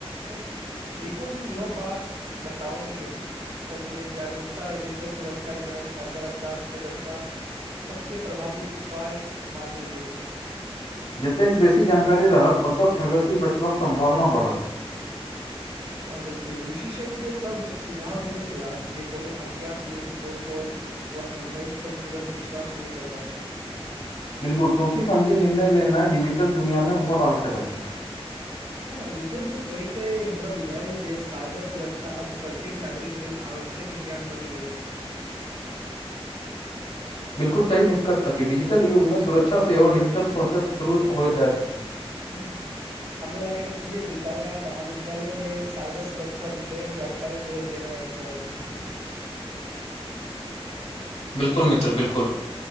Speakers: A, on the right (about 75°); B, on the left (about 75°).
A: ह रिपोर्ट मे इहो बात बताओल गेल चल जे जागरूकताओर डिजिटल सुरक्षा ज्ञान साईबर अपराध से बचबाक सबसँ प्रभावी उपाय मानल गेल
B: जतेक बेसी जानकारी रहत ओतक ठगसी बचबाक सम्भावना बढ़त
A: हँ बिल्कुल विशेषज्ञसभ सुझाव देने छलाह जे कोनो अज्ञात लिंक फोन कॉल वह संदेश पर तुरन्त विश्वास नहि करबाक चाही
B: बिलकुल सोची समझी निर्णय लेनाइ डिजिटल दुननिया मे बहुत आवश्यक अछि
A: हँ रिपोर्ट मे पढ़ी के लेल हमरा बुझायल जे साइबर सुरक्षा अब प्रत्येक नागरिक लेल आवश्यक ज्ञान बनि गेल अछि
B: बिलकुल सही निष्कर्ष अछि डिजिटल युग मे सुरक्षा सेहो डिजिटल सोचत शुरू हो जाइत अछि
A: हू हमरा लगैत अछि जे विद्यालय आ महाविद्यालाया मे साइबर सुरक्षा विषय के जानकारी देल जेना अछि सरी <unintelligible> <unintelligible>
B: बिल्कुल मित्र बिल्कुल